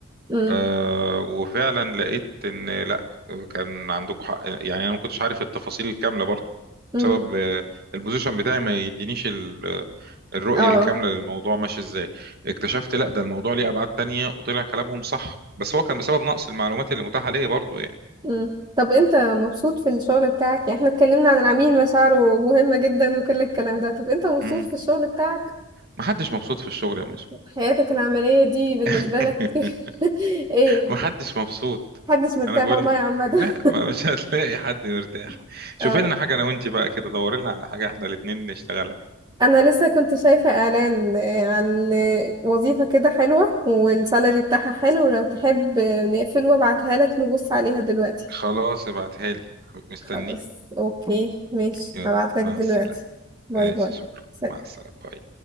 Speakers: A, on the right; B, on the right.
A: امم
B: آه وفعلا لقيت ان لا كان عندكم حق يعني انا ما كنتش عارف التفاصيل الكامله برضو
A: امم
B: بسبب آه، البوزيشن بتاعي ما يدينيش ال- آه، الرؤيه
A: اه
B: الكامله للموضوع ماشي ازاي اكتشفت لا ده الموضوع ليه ابعاد تانية وطلع كلامهم صح بس هو كان بسبب نقص المعلومات اللي متاحه ليا برضو يعني
A: مم. طب انت مبسوط في الشغل بتاعك يعني احنا اتكلمنا عن العميل مشاعره مهمة جدا وكل الكلام ده طب انت مبسوط
B: امم
A: في الشغل بتاعك
B: محدش مبسوط في الشغل يا ميسو
A: حياتك العملية دي بالنسبة
B: <laughs>
A: لك <laughs> ايه
B: محدش مبسوط
A: محدش مرتاح
B: انا بقول
A: والله
B: لك
A: يا عمدا
B: لا ما مش هتلاقي حد مرتاح
A: <laughs>
B: شوف
A: اه
B: لنا حاجه انا وانت بقى كده دور لنا على حاجه احنا الاتنين نشتغلها
A: انا لسه كنت شايفة اعلان آه، عن آه، وظيفة كده حلوة والسالري بتاعها حلو لو تحب آه، نقفل وابعتها لك نبص عليها دلوقتي
B: خلاص ابعتها لي مستنيها
A: خلاص اوكي ماشي
B: يلا
A: هبعت لك
B: مع
A: دلوقتي
B: السلامة
A: باي
B: ماشي
A: باي
B: شكرا
A: سلام.
B: مع السلامة باي